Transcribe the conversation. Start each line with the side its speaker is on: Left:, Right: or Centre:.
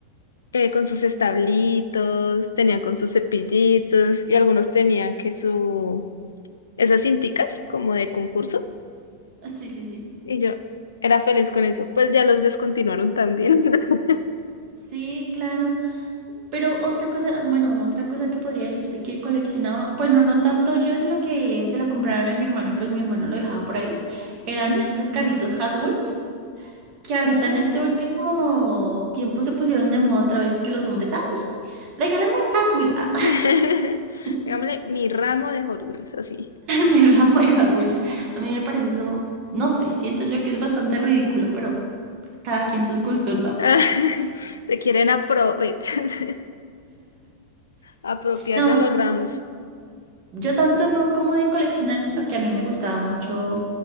Left: eh, con sus establitos, tenían con sus cepillitos y algunos tenían que su, esas cinticas como de concurso.
Right: Sí, sí, sí.
Left: Y yo era feliz con eso. Pues ya los descontinuaron también. <laughs>
Right: Sí, claro. Pero otra cosa, bueno, otra cosa que podría decirse que coleccionaba, bueno, no tanto yo, sino que se la compraron a mi hermano y pues mi hermano lo dejaba por ahí, eran
Left: Ujú.
Right: estos carritos Hot Wheels, que ahorita
Left: Ah,
Right: en este último tiempo se pusieron de moda otra vez que los hombres, ay, regálame un Hot Wheel, ah,
Left: <laughs>
Right: <laughs>
Left: Digámosle, mi ramo de Hot Wheels, así.
Right: mi ramo de Hot Wheels. A mí me parece eso, no sé, siento yo que es bastante ridículo, pero cada quien sus gustos, ¿no?
Left: <laughs> Se quieren apro- <laughs> apropiar
Right: No,
Left: de los ramos.
Right: Yo tanto no como de coleccionar, sino que a mí me gustaba mucho